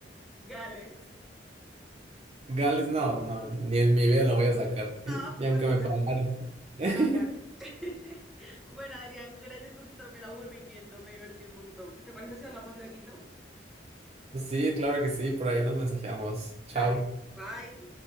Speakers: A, in the centre; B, on the right.
A: Gales.
B: Gales, no, no, ni en mi vida la voy a sacar, ni
A: Ah, pues
B: aunque
A: para que
B: me
A: sepas,
B: pagaran. <laughs>
A: era Gales. <laughs> Bueno, Adrián, gracias por quitarme el aburrimiento, me divertí un montón. ¿Te parece si hablamos laguito?
B: Sí, claro que sí, por ahí nos mensajeamos. Chao.
A: Dale, bye.